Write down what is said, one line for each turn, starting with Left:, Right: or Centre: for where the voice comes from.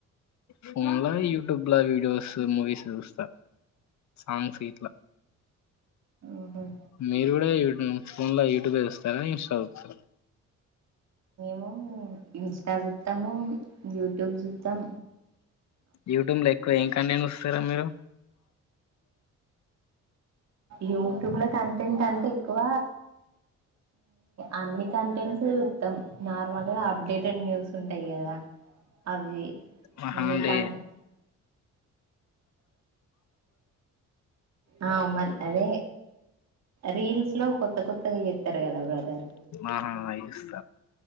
Left: ఫోన్ లో యూట్యూబ్ లో వీడియోస్ మూవీస్ చూస్తా సాంగ్స్ గ్గిట్ల
Right: మ్మ్
Left: మీరు కూడా ఫోన్ లో యూట్యూబ్ చూస్తారా ఇన్స్టా చూస్తార
Right: మము ఇన్స్టా చుతాము యూట్యూబ్ జుతాం
Left: యూట్యూబ్ లో ఎక్కువ ఏం కంటెంట్ వస్తారా మీరు
Right: యూట్యూబ్ లో కంటెంట్ అంటే ఎక్కువ అన్ని కంటె ఉత్తం నార్మల్గా అప్డేటెడ్ న్యూస్ ఉంటాయి కదా అవి
Left: మహాడి
Right: కంటే ఆ అమల్ అదే రీల్స్ లో కొత్త కొత్తగా చేస్తారు కదా బ్రదర్
Left: ఆహా ఇస్త